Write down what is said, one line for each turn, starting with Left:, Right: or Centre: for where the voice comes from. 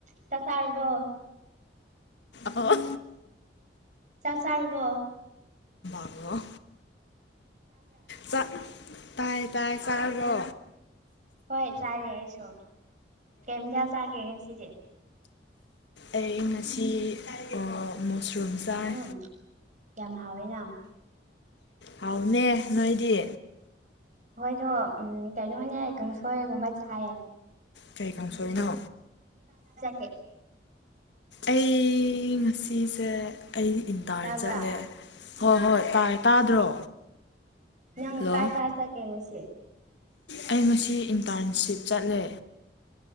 Right: ꯆꯥꯛ ꯆꯥꯔꯕ꯭ꯔꯣ
Left: ꯑꯣ
Right: ꯆꯥꯛ ꯆꯥꯔꯕ꯭ꯔꯣ
Left: ꯑꯣ ꯆꯥꯛ ꯇꯥꯏ ꯇꯥꯏ ꯆꯥꯔꯕꯣ
Right: ꯍꯣꯏ ꯆꯥꯔꯦ ꯑꯩꯁꯨ ꯀꯩ ꯃꯊꯦꯟ ꯆꯥꯒꯦ ꯉꯁꯤꯗꯤ
Left: ꯑꯩ ꯉꯁꯤ ꯑꯥ ꯃꯨꯁꯔꯨꯝ
Right: ꯎꯝ
Left: ꯆꯥꯏ
Right: ꯌꯥꯝ ꯍꯥꯎꯋꯦꯅ
Left: ꯍꯥꯎꯅꯦ ꯅꯣꯏꯗꯤ
Right: ꯍꯣꯏꯗꯣ ꯎꯝ ꯀꯩꯅꯣꯅꯦ ꯀꯥꯡꯁꯣꯏꯒꯨꯝꯕ ꯆꯥꯏꯌꯦ
Left: ꯀꯩ ꯀꯥꯡ ꯁꯣꯔꯤꯅꯣ
Right: ꯍ
Left: ꯑꯩ ꯉꯁꯤꯁꯦ ꯑꯩ ꯏꯟꯇꯥꯔ
Right: ꯇꯥꯕ꯭ꯔꯥ
Left: ꯆꯠꯂꯦ ꯍꯣꯏ ꯍꯣꯏ ꯇꯥꯏ ꯇꯥꯗ꯭ꯔꯣ
Right: ꯅꯪ
Left: ꯍꯜꯂꯣ
Right: ꯀꯥꯏ ꯀꯥꯏ ꯆꯠ ꯀꯦ ꯉꯁꯤ
Left: ꯑꯩ ꯉꯁꯤ ꯏꯟꯇꯔꯟꯁꯤꯞ ꯆꯠꯂꯦ